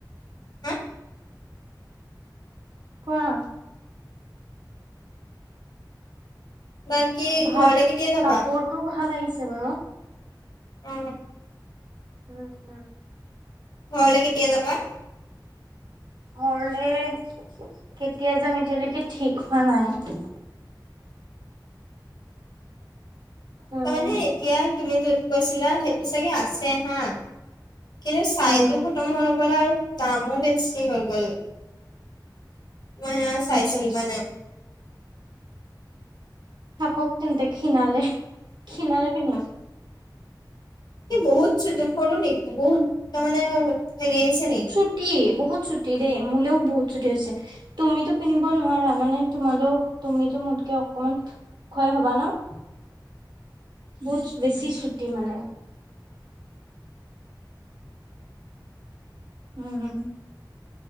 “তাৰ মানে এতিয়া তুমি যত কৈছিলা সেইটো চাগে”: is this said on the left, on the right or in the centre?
Left